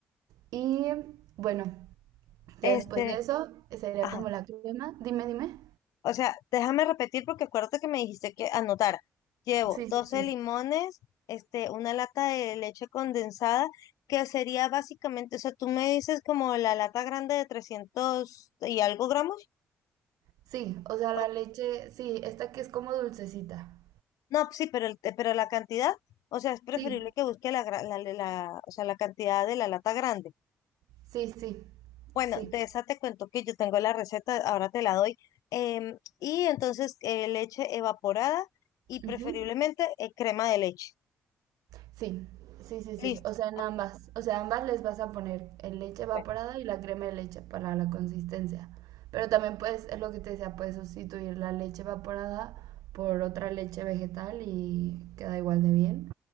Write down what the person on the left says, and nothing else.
este,
ajá.
O sea, déjame repetir porque acuérdate que me dijiste que anotar. Llevo
12
limones, este, una lata de leche condensada, que sería básicamente, o sea, tú me dices como la lata grande de 300 y algo gramos.
O-
No, sí, pero, el, pero la cantidad, o sea, es preferible
que busque la, gra- la, la, o sea, la cantidad de la lata grande.
Bueno,
de esa te cuento que yo tengo la receta, ahora te la doy. Em, y entonces eh, leche evaporada y preferiblemente
eh, crema de leche.
Listo.
Ok,
bueno,